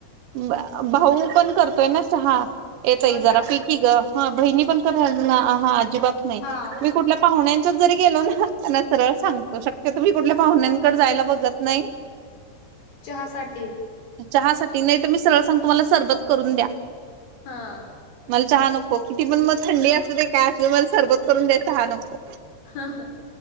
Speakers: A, on the right (about 75°); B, on the left (about 70°).
A: बा भाऊ पण करतोय ना चहा. चई
B: होय
A: जरा
B: काय
A: पि की ग हा बहिनी पण करणार ना आ हा अजिबात नाही.
B: हा
A: कुठल्या पाहुण्यांच्याच जरी गेलो ना त्यांना सरळ सांगतो शक्य तुम्ही कुठल्या पाहुण्यांकड जायला बघत नाही.
B: चहासाठी.
A: चहासाठी नाही तर मी सरळ सांग तुम्हाला सरबत करून द्या.
B: हा.
A: मला चहा नको किती पण मग थंडी असू दे काय असु मला सरबत करून द्या चहा नको.
B: हा हां.